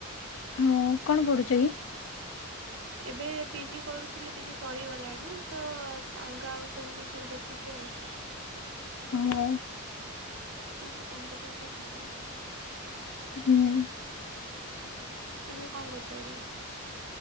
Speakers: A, on the left (about 65°); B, on the right (about 60°).
A: ହଁ କଣ ପଢୁଛ କି?
B: ଏବେ ପିଜି କରୁଥିଲି ପିଜି ସରିଗଲାଣି ତ ଅଲଗା ଆଉ ସବୁ କିଛି ଦେଖୁଛି ଆଉ ହୁଁ <inaudible>
A: ହଁ
B: କି କମ୍ପିେଟିଭ
A: ହୁଁ
B: ତମେ କଣ କରୁଛ ଏବେ?